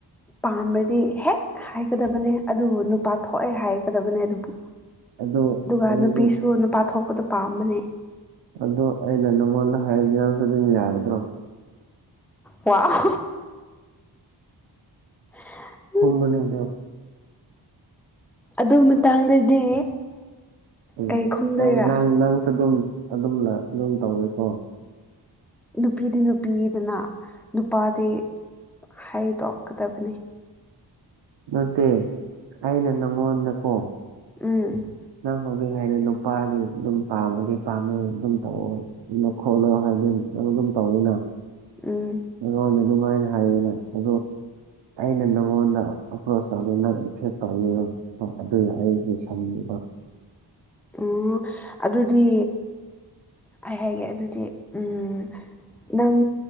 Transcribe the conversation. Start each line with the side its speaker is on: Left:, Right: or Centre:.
Centre: ꯄꯥꯝꯕ꯭ꯔꯗꯤ ꯍꯦꯛ ꯍꯥꯏꯒꯗꯕꯅꯦ ꯑꯗꯨꯕꯨ ꯅꯨꯄꯥ ꯊꯣꯛꯑꯦ ꯍꯥꯏꯒꯗꯕꯅꯦ ꯑꯗꯨꯕꯨ
Right: ꯑꯗꯨ
Centre: ꯑꯗꯨꯒ
Right: ꯑꯗꯨꯗꯤ
Centre: ꯅꯨꯄꯤꯁꯨ ꯅꯨꯄꯥ ꯊꯣꯛꯄꯗꯣ ꯄꯥꯝꯕꯅꯦ
Right: ꯑꯗꯣ ꯑꯩꯅ ꯅꯪꯉꯣꯟꯗ ꯍꯥꯏꯔꯖꯤꯅ ꯍꯧꯖꯤꯛꯃꯛ ꯌꯥꯒꯗ꯭ꯔꯣ
Centre: ꯋꯥꯎ <unintelligible>
Right: ꯈꯨꯝꯃꯨꯅꯦ ꯑꯗꯣ
Centre: ꯑꯗꯨ ꯃꯇꯥꯡꯗꯗꯤ
Right: ꯎꯝ
Centre: ꯀꯩ ꯈꯨꯝꯗꯣꯏꯔꯥ
Right: ꯅꯪ ꯅꯪ ꯅꯪꯁꯨ ꯑꯗꯨꯝ ꯑꯗꯨꯝꯅ ꯑꯗꯨꯝ ꯇꯧꯋꯤꯀꯣ
Centre: ꯅꯨꯄꯤꯗꯤ ꯅꯨꯄꯤꯗꯅ ꯅꯨꯄꯥꯗꯤ ꯍꯥꯏꯗꯣꯛꯀꯗꯕꯅꯦ
Right: ꯅꯠꯇꯦ ꯑꯩꯅ ꯅꯪꯉꯣꯟꯗꯀꯣ
Centre: ꯎꯝ
Right: ꯅꯪ ꯍꯧꯖꯤꯛ ꯍꯥꯏꯔꯦ ꯅꯨꯄꯥꯗꯤ ꯑꯗꯨꯝ ꯄꯥꯝꯃꯗꯤ ꯄꯥꯝꯅꯣꯏ ꯑꯗꯨꯝ ꯇꯧꯑꯣ <unintelligible> ꯈꯣꯠꯂꯣ ꯍꯥꯏꯖꯤ ꯑꯗꯨꯝ ꯇꯧꯋꯤꯅ
Centre: ꯎꯝ
Right: ꯑꯩꯉꯣꯟꯗ ꯑꯗꯨꯃꯥꯏꯅ ꯍꯥꯏꯌꯦꯅ ꯑꯗꯣ ꯑꯩꯅ ꯅꯪꯉꯣꯟꯗ ꯑꯦꯄ꯭ꯔꯣꯁ ꯇꯧꯋꯦ ꯅꯪ ꯑꯦꯛꯁꯦ ꯇꯧꯋꯦ ꯍ ꯑꯗꯨꯏ ꯑꯩꯒꯤ ꯁꯅꯤꯡꯅꯦꯕ
Centre: ꯑꯣ ꯑꯗꯨꯗꯤ ꯑꯩ ꯍꯥꯏꯒꯦ ꯑꯗꯨꯗꯤ ꯎꯝ ꯅꯪ